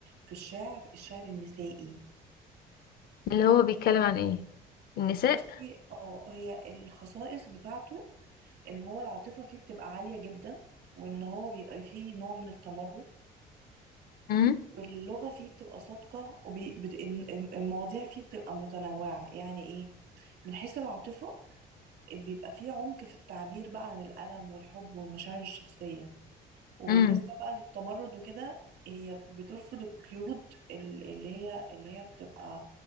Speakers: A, on the right; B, on the left.
A: في الشعر الشعر النسائي
B: اللي هو بيتكلم عن ايه النساء
A: بصي اه هي الخصائص بتاعته إن هو العاطفة فيه بتبقى عالية جدا وإن هو بيبقى فيه نوع من التمرد
B: امم
A: واللغة فيه بتبقى صادقة والمواضيع فيه بتبقى متنوعة يعني إيه من حيث العاطفة بيبقى فيه عمق في التعبير بقى عن الألم والحب والمشاعر الشخصية وبالنسبة
B: امم
A: بقى للتمرد وكده هي بترفض القيود ال- اللي هي اللي هي بتبقى